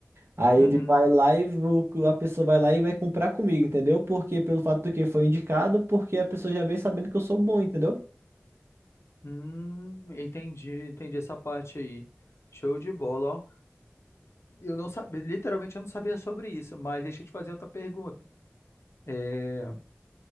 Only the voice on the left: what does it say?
uhum.
Hum, entendi, entendi essa parte aí. Show de bola, ó. Eu não sabia, literalmente eu não sabia sobre isso, mas deixa eu te fazer outra pergunta. É,